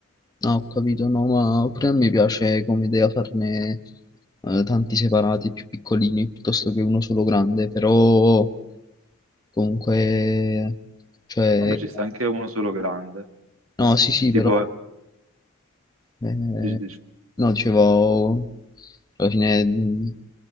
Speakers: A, on the left; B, on the right.
A: No, ho capito, no, ma pure a me piace come idea farne eh, tanti separati, più piccolini, piuttosto che uno solo grande, però comunque, cioè,
B: Vabbè, ci sta anche uno solo grande.
A: No, sì, sì,
B: Cioè, tipo,
A: però... eh,
B: dici, dici,
A: no, dicevo... Alla fine mh,